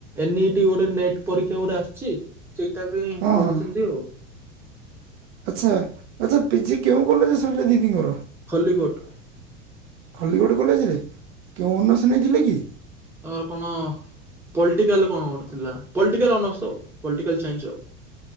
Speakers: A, in the centre; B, on the right.
A: ଏନ ଇ ଟି ଗୋଟେ ନେଟ୍ ପରୀକ୍ଷା ଗୋଟେ ଆସଚି ସେଇଟା ପାଇଁ
B: ହଁ
A: ପଢୁଛନ୍ତି
B: ହଁ
A: ଆଉ।
B: ଆଚ୍ଛା ଆଚ୍ଛା ପି ଜି କେଉଁ କଲେଜ୍ ରେ ସରିଲା ଦିଦିଙ୍କର।
A: ଖଲିିକୋଟ୍।
B: ଖଲିକୋଟ କଲେଜରେ କେଉଁ ଅନ୍ନସ ନେଇଥିଲେ କି?
A: ତାଙ୍କର କଣ ପଲିଟିକାଲ କଣ ଗୋଟେ ଥିଲା ପଲିଟିକାଲ ଅନର୍ସ ପଲଟିକାଲ ସାଇନ୍ସ ଆଉ।